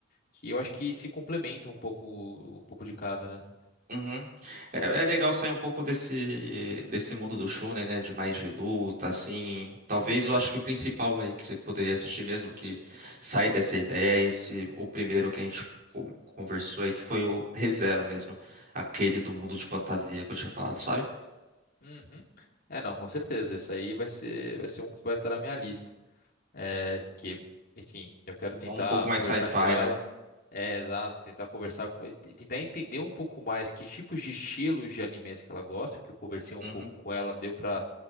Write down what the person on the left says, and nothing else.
que eu acho que se complementam um pouco, um pouco de cada, né?
Uhum,
uhum. É, não, com certeza, esse aí vai ser, vai ser um que vai estar na minha lista. é, que, enfim, eu quero tentar
conversar
com ela.
É, exato, tentar conversar, co- e tentar entender um pouco mais que tipos de estilos de animes que ela gosta, porque eu conversei um
pouco com ela, deu pra